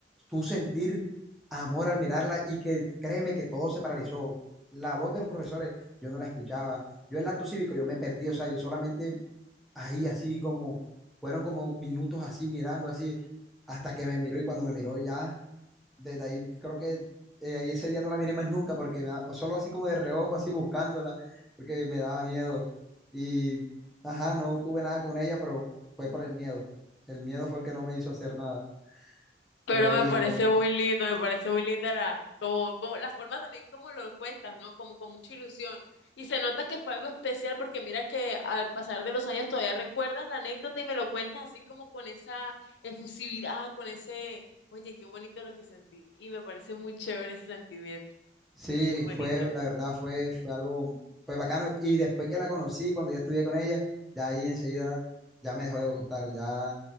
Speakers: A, in the centre; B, on the left (about 80°).
A: Tú sentir amor al mirarla y que créeme que todo se paralizó. La voz de los profesores, yo no la escuchaba. Yo el acto cívico, yo me perdí, o sea, yo solamente ahí así como, fueron como minutos así mirando así, hasta que me miró y cuando me miró ya desde ahí creo que eh, ahí ese día no la miré más nunca porque me da- o solo así como de reojo, así buscándola, porque me daba miedo. Y, ajá, no tuve nada con ella, pero fue por el miedo. El miedo fue el que no me hizo hacer nada.
B: pero
A: Pero
B: me
A: oye,
B: parece
A: fue-
B: muy lindo, me parece muy linda la, como, como la forma también como lo cuentas, ¿no? Como con mucha ilusión. Y se nota que fue algo especial porque mira que al pasar de los años todavía recuerdas la anécdota y me lo cuentas así como con esa efusividad, con ese, oye, qué bonito lo que sentí. Y me parece muy chévere ese sentimiento,
A: sí,
B: muy bonito.
A: fue, la verdad fue, fue algo, fue bacano. Y después que la conocí, cuando ya estudié con ella, ya ahí enseguida ya me dejó de gustar, ya